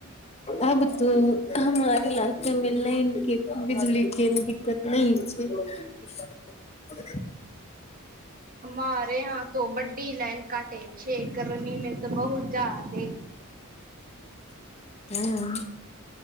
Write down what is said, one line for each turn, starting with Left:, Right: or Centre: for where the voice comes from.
Left: आबत हमर इलाका के लाइन बिजली पुलस दिक्कत नहि छै
Right: हमारे यहा त बड्डी लाइन काटे छै एक गर्मी में तऽ बहु जा देे
Left: हँ